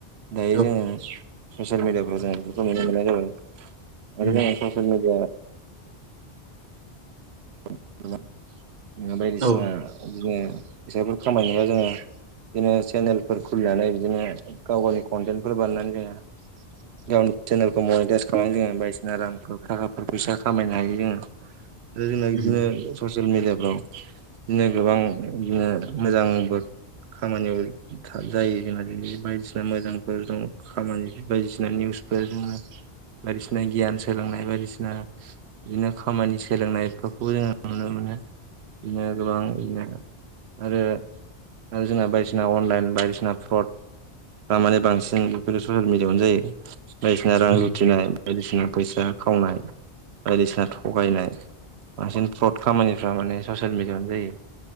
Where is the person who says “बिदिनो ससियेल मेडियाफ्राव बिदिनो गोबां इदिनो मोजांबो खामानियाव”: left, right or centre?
Right